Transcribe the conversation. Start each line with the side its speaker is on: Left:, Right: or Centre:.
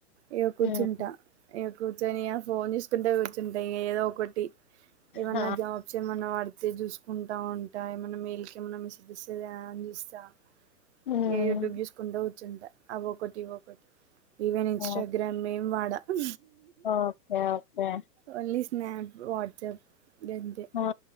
Right: ఇగ కూర్చుంటా
Left: ఉమ్
Right: ఇగ కూర్చొని ఆ ఫోన్ చూసుకుంటా కూర్చుంటా ఇంగ ఏదో ఒకటి ఏమన్నా
Left: హా
Right: జాబ్స్ ఏమనా పడితే చూసుకుంటా ఉంటా ఏమన్నా మెయిల్‌కి ఏమన్నా మెసేజ్ వస్తాదా అని చూస్తా
Left: ఉమ్
Right: ఇగ యూట్యూబ్ చూసుకుంటా కుచ్చుంట ఆవొకటి ఇవొకటి ఈవెన్ ఇన్స్టాగ్రామ్
Left: ఓ
Right: ఏం వాడా అ
Left: okay okay
Right: only snap WhatsApp గంతే
Left: ఆ